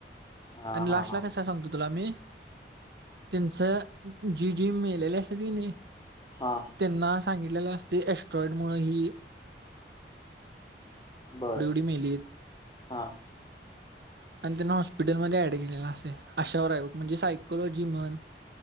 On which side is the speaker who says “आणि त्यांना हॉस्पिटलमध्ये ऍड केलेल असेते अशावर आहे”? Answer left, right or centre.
Right